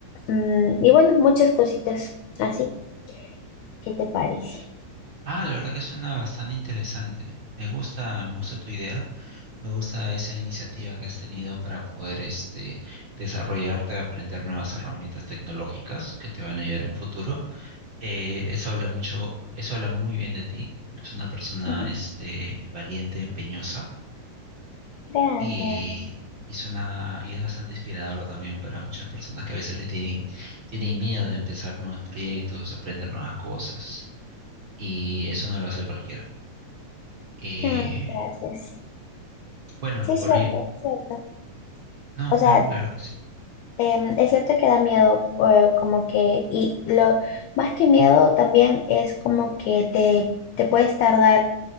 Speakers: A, on the left (about 85°); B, on the right (about 60°).
A: Mm, y bueno, muchas cositas así. ¿Qué te parece?
B: Ah, la verdad que suena bastante interesante. Me gusta, me gusta tu idea, me gusta esa iniciativa que has tenido para poder este desarrollarte, aprender nuevas herramientas tecnológicas que te van a ayudar en un futuro. Eh, eso habla mucho, eso habla muy bien de ti. Eres una persona
A: Mm,
B: este valiente, empeñosa
A: Gracias.
B: y, y suena y es bastante inspirador también para muchas personas que a veces le tienen tienen miedo de empezar nuevos proyectos, aprender nuevas cosas y eso no lo hace cualquiera. Eh,
A: Ay, gracias.
B: bueno,
A: Sí, es
B: por
A: cierto,
B: mí,
A: es cierto.
B: no,
A: O
B: claro,
A: sea,
B: claro que sí.
A: em, es cierto que da miedo, eh, como que, y lo más que miedo también es como que te, te puedes tardar.